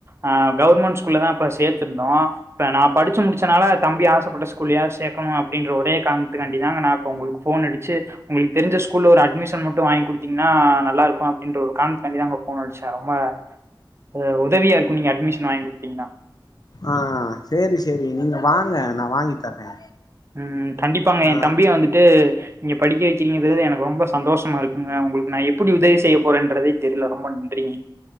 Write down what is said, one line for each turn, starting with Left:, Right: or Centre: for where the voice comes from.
Right: அ கவர்மெண்ட் ஸ்கூல்ல தா இப்ப சேத்திருந்தோ இப்ப நா படுச்சு முடிச்சனால தம்பி ஆசப்பட்ட ஸ்கூலாவது சேக்கணு அப்டின்ற ஒரே கார்ணத்துகாண்டிதாங்க நா உங்களுக்கு போன் அடுச்சு உங்களுக்கு தெரிஞ்ச ஸ்கூல்ல ஒரு அட்மிஷன் மட்டு வாங்கி குடுத்தீங்ன்னா நல்லா இருக்கு அப் அப்டின்ற ஒரு கார்ணத்துகான்டிதா அங்க போன் அடிச்சா ரொம்ப அ உதவியா இருக்கு நீங்க அட்மிஷன் வாங்கி குடுத்தீங்ன்னா
Left: ஆ சேரி சேரி நீங்க வாங்க நா வாங்கி தர்றே
Right: ம் கண்டிப்பாங்க
Left: ஆ
Right: எ தம்பிய வந்துட்டு நீங்க படிக்க வைக்கிறீங்கின்றது எனக்கு ரொம்ப சந்தோஷமா இருக்குங்க உங்களுக்கு நா எப்டி உதவி செய்ய போறேன்றதே தெரியல ரொம்ப நன்றி <inaudible>